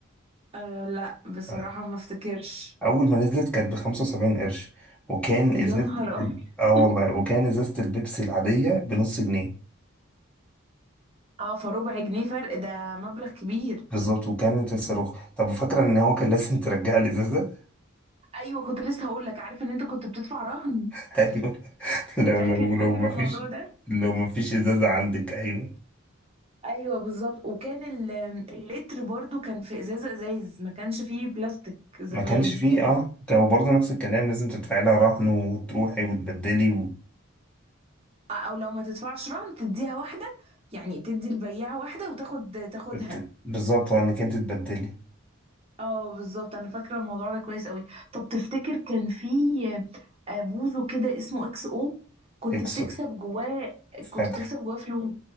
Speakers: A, on the right; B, in the centre.
A: آه لا بصراحه
B: طيب.
A: ما افتكرش
B: اول ما نزلت كانت بخمسة وسبعين قرش وكان
A: يا
B: ازازة
A: نهار ابيض
B: ال- اه والله
A: <laughs>
B: وكان ازازة البيبسي العادية بنص جنيه
A: اه فربع جنيه فرق ده مبلغ كبير
B: بالظبط وكانت الصاروخ طب وفاكرة ان هو كان لازم ترجع الازازة
A: ايوه كنت لسه هقول لك عارف ان انت كنت بتدفع رهن
B: <laughs> ايوه لو
A: فاكر
B: لو
A: فاكر
B: لو ما
A: الموضوع
B: فيش
A: ده
B: لو ما فيش ازازة عندك ايوه
A: ايوه بالظبط وكان ال- اللتر برضو كان في ازازه ازايز ما كانش فيه بلاستيك زمان
B: ما كانش فيه اه كان برضه نفس الكلام لازم تدفعي لها رهن وتروحي وتبدلي و...
A: او لو ما تدفعش رهن تديها واحده يعني تدي البياع واحده وتاخد تاخدها
B: بت- بالظبط هو انك انت تبدلي
A: اه بالظبط انا فاكره الموضوع ده كويس قوي طب تفتكر كان في آه، بوزو كده اسمه اكس او كنت
B: اكس
A: بتكسب جواه
B: فاكره
A: كنت بتكسب جواه فلوس